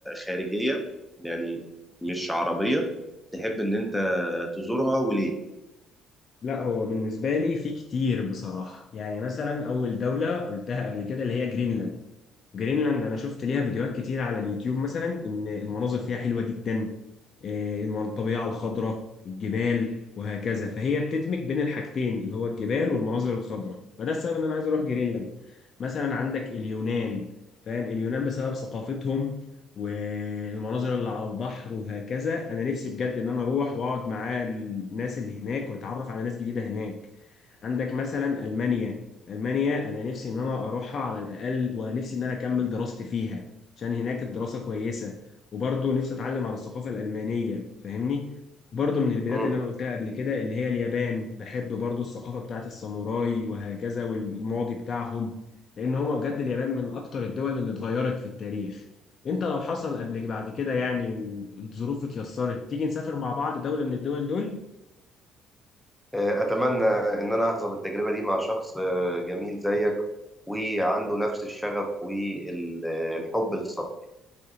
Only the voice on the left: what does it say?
لا هو بالنسبة لي في كتير بصراحة يعني مثلا أول دولة قلتها قبل كده اللي هي جرينلاند جرينلاند أنا شفت ليها
فيديوهات كتير على اليوتيوب مثلا إن المناظر فيها حلوة جدا آه، الطبيعة الخضراء الجبال وهكذا فهي بتدمج بين الحاجتين اللي هو الجبال والمناظر الخضراء فده السبب ان انا عايز اروح جرينلاند مثلا عندك اليونان فاهم اليونان بسبب ثقافتهم والمناظر اللي على البحر وهكذا انا نفسي بجد ان انا اروح واقعد مع الناس اللي هناك واتعرف على ناس جديدة هناك عندك مثلا المانيا المانيا انا نفسي ان انا اروحها على الاقل ونفسي ان انا اكمل دراستي فيها عشان هناك الدراسه كويسه وبرضه نفسي اتعلم عن الثقافه الالمانيه فاهمني برضه من البلاد
اللي انا قلتها قبل كده اللي هي اليابان بحب برضه الثقافه بتاعت الساموراي وهكذا والماضي بتاعهم لان هما بجد اليابان من اكتر الدول اللي اتغيرت في التاريخ انت لو حصل قبلك بعد كده يعني والظروف اتيسرت تيجي نسافر مع بعض دولة من الدول دول